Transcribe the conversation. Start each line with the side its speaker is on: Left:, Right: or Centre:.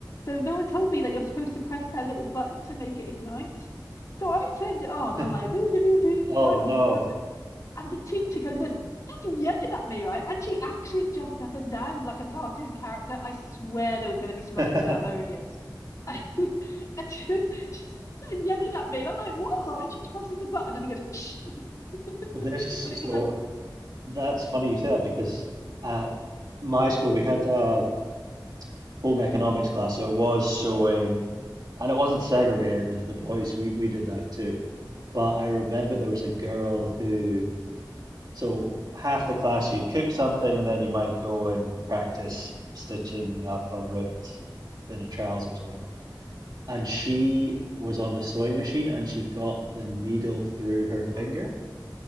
Left: So no one told me that you're supposed to press that little button to make it ignite. So I turned it on.
Right: <laughs>
Left: I'm like, do, do, do, do,
Right: Oh
Left: carry
Right: no.
Left: on with whatever I'm doing. And the teacher comes and goes, started yelling at me, right? And she actually jumped up and down like a cartoon character. I swear there was going to be smoke
Right: <laughs>
Left: coming out of her ears. <laughs> And she, was, she just started yelling at me, and I'm like, "What?" And she presses the button, and he goes, "Whoosh!" <laughs>
Right: This,
Left: But it
Right: so
Left: was like,
Right: that's funny you say that because at my school we had a home economics class, so it was sewing, and it wasn't segregated. The, the boys, we, we did that too. But I remember there was a girl who, so half the class you'd cook something, and then you might go and practice stitching up a ripped bit of trousers or whatever. And she was on the sewing machine, and she got the needle through her finger.
Left: "Oh,